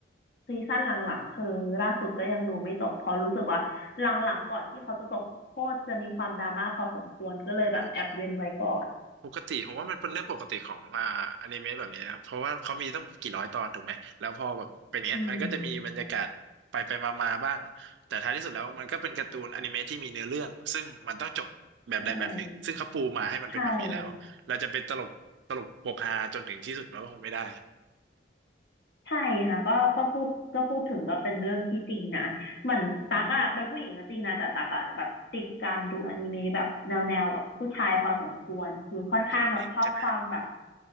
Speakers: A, on the left; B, on the right.
A: ซีซั่นหลังๆคือล่าสุดก็ยังดูไม่จบเพราะรู้สึกว่าหลังๆก่อนที่เขาจะจบโคตรจะมีความดราม่าพอสมควรก็เลยแบบแอบเว้นไว้ก่อน
B: ใช่ใช่ปกติผมว่ามันเป็นเรื่องปกติของอ่าอนิเมะแบบนี้นะครับเพราะว่าเขามีต้องกี่ร้อยตอนถูกไหมแล้วพอแบบเป็นเงี้ยมันก็จะมีบรรยากาศไปไปมามาบ้างแต่ท้ายที่สุดแล้วมันก็เป็นการ์ตูนอนิเมะที่มีเนื้อเรื่องซึ่งมันต้องจบแบบใดแบบหนึ่งซึ่งเขาปูมาให้มันเป็นแบบนี้แล้วเราจะเป็นตลกตลกโปกฮาจนถึงที่สุดเราก็คงไม่ได้
A: อืมใช่ใช่ใช่ค่ะก็ก็พูดก็พูดถึงก็เป็นเรื่องที่จริงนะเหมือนตักอะเป็นผู้หญิงก็จริงนะแต่ตักอะแบบติดการดูอนิเมะแบบแนวแนวแบบผู้ชายพอสมควรคือค่อนข้างแบบชอบความแบบ
B: นะโชเนนใช่ไหม